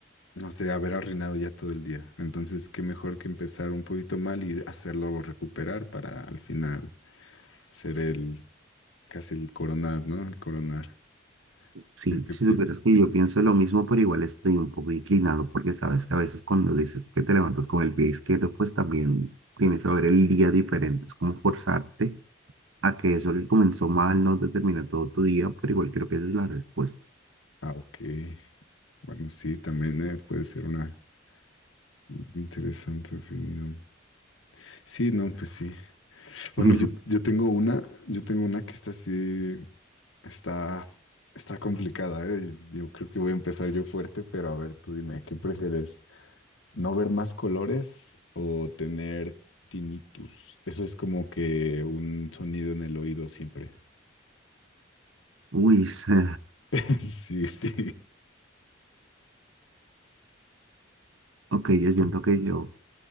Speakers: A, on the left (about 80°); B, on the right (about 85°).
A: no sé, haber arruinado ya todo el día. Entonces, qué mejor que empezar un poquito mal y hacerlo recuperar para al final ser el, casi el coronar, ¿no? El coronar.
B: Sí,
A: ¿Tú qué
B: si
A: piensas?
B: supieras que yo pienso lo mismo, pero igual estoy un poco inclinado porque sabes que a veces cuando dices que te levantas con el pie izquierdo, pues también tienes que ver el día diferente. Es como forzarte a que eso que comenzó mal no determina todo tu día, pero igual creo que esa es la respuesta.
A: Ah, ok. Bueno, sí, también eh, puede ser una una interesante opinión. Sí, no, pues sí. Bueno,
B: <laughs>
A: yo, yo tengo una, yo tengo una que está así, está, está complicada, ¿eh? Yo creo que voy a empezar yo fuerte, pero a ver, tú dime, ¿qué prefieres? ¿No ver más colores o tener tinnitus? Eso es como que un sonido en el oído siempre.
B: Uy, se-
A: <laughs> Sí, sí.
B: ok, yo siento que yo